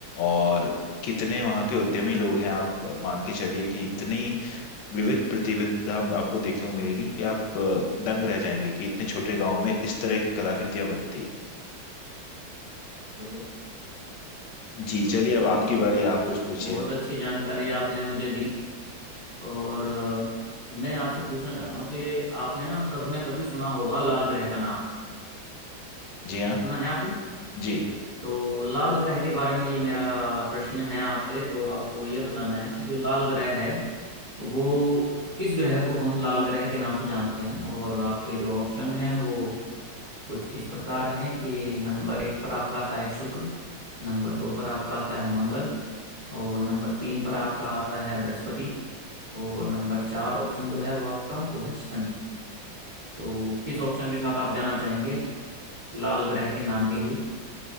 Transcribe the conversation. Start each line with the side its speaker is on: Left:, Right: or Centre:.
Left: और कितने वहाँ के उद्यमी लोग हैं आप मान के चलिए कि इतनी विविध प्रतिभा आपको देखने को मिलेगी कि आप अ, दंग रह जाएंगे कि इतने छोटे गांव में इस तरह की कलाकृतियां बनती हैं
Right: बढ़िया
Left: जी चलिए
Right: चलिए
Left: अब आपकी बारी आप कुछ पूछिए
Right: बहुत अच्छी जानकारी आपने मुझे दी और अ, मैं आपसे पूछना चाहता हूँ कि आपने ना कभी ना कभी सुना होगा लाल ग्रह का नाम
Left: जी हाँ
Right: सुना है आपने
Left: जी
Right: तो लाल ग्रह के बारे में ये मेरा प्रश्न है आपसे तो आपको ये बताना है कि जो लाल ग्रह है वो किस ग्रह को हम लाल ग्रह के नाम से जानते हैं और आपके जो ऑप्शन हैं वो कुछ इस प्रकार हैं कि नंबर एक पर आपका आता है शुक्र नंबर दो पर आपका आता है मंगल और नंबर तीन पर आपका आता है बृहस्पति और नंबर चार ऑप्शन जो है वो आपका वो है शनि तो किस ऑप्शन के साथ आप जाना चाहेंगे लाल ग्रह के नाम के लिए